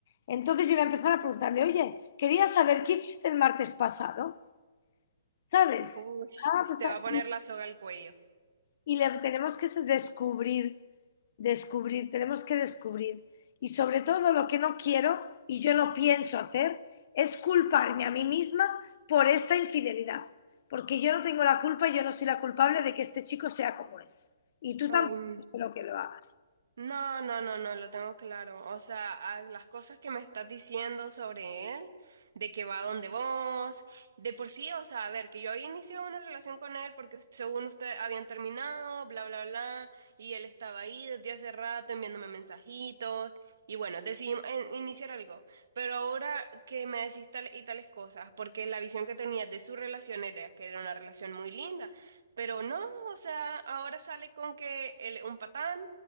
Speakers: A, on the left (about 55°); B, on the right (about 70°).
A: Entonces yo voy a empezar a preguntarle, oye, quería saber qué hiciste el martes pasado, ¿sabes?
B: Uy,
A: Ah, pues,
B: te
A: tal
B: va a poner la soga al cuello.
A: y le tenemos que descubrir, descubrir, tenemos que descubrir. Y sobre todo lo que no quiero y yo no pienso hacer es culparme a mí misma por esta infidelidad, porque yo no tengo la culpa, yo no soy la culpable de que este chico sea como es. Y tú
B: Ay,
A: tampoco
B: no.
A: espero que lo hagas.
B: No, no, no, no, lo tengo claro. O sea, a las cosas que me estás diciendo sobre él, de que va donde vos, de por sí, o sea, a ver, que yo había iniciado una relación con él porque us- según usted habían terminado, bla, bla, bla, y él estaba ahí desde hace rato enviándome mensajitos, y bueno, decidimos eh, iniciar algo. Pero ahora que me decís tal y tales cosas, porque la visión que tenía de su relación era que era una relación muy linda, pero no, o sea, ahora sale con que él es un patán